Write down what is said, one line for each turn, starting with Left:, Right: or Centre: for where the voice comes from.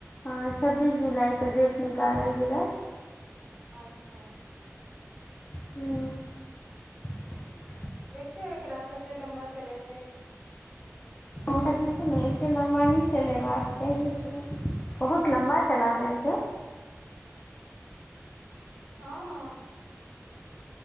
Left: ह, छब्बीस जुलाईके डेट निकाल गेल अछि।
Right: अच्छा।
Left: ह।
Right: देखियौ एकरा कते लम्बा चलेते।
Left: अहाँ देखू ने एतेक लम्बा नहि चलै बक चाही ओतना बहुत लम्बा चला देलकै।
Right: हँ।